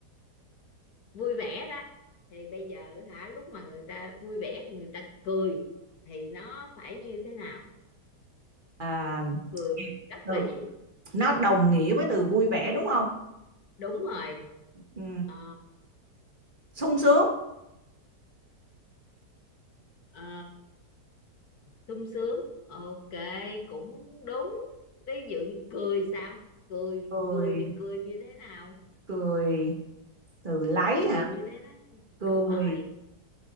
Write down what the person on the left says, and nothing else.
vui vẻ đó thì bây giờ hả lúc mà người ta vui vẻ người ta cười thì nó phải như thế nào
cười rất
là gì
đúng rồi
Ờ,
ờ, sung sướng ok cũng đúng ví dụ như cười sao cười
cười thì cười như thế nào
cười
như thế đấy
đúng rồi